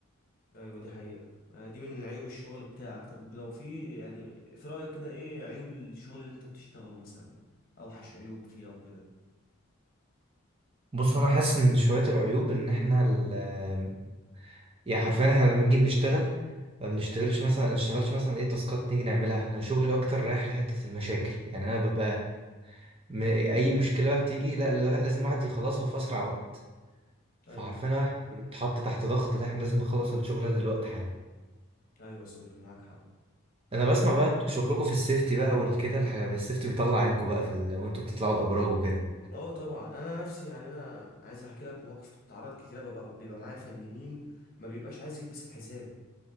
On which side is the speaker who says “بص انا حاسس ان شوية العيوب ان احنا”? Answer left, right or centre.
Right